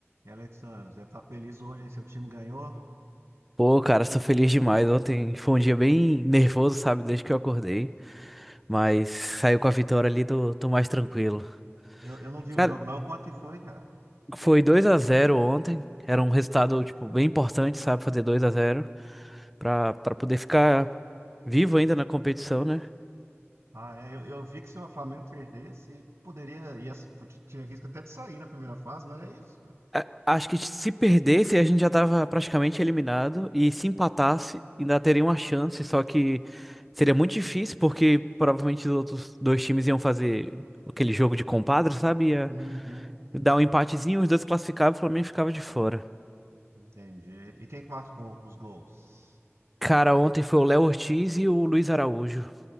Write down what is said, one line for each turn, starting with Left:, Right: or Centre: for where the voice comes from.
Right: E Alexandre, deve estar feliz hoje, hein? Seu time ganhou.
Centre: Pô, cara, sou feliz demais. Ontem foi um dia bem nervoso, sabe? Desde que eu acordei. Mas saiu com a vitória ali, tô, tô mais tranquilo.
Right: Eu, eu não vi
Centre: Cara,
Right: o jogo, não. Quanto que foi, cara?
Centre: foi dois a zero ontem. Era um resultado, tipo, bem importante, sabe? Fazer dois a zero pra, pra poder ficar vivo ainda na competição, né?
Right: Ah, é, eu, eu vi que se o Flamengo perdesse, poderia. Ia, tinha risco até de sair na primeira fase, não é isso?
Centre: A- Acho que se perdesse, a gente já tava praticamente eliminado. E se empatasse, ainda teria uma chance. Só que seria muito difícil, porque provavelmente os outros dois times iam fazer aquele jogo de compadre, sabe?
Right: Uhum.
Centre: dá um empatezinho, os dois classificavam, o Flamengo ficava de fora.
Right: Entendi. E quem que marcou os gols?
Centre: Cara, ontem foi o Léo Ortiz e o Luiz Araújo.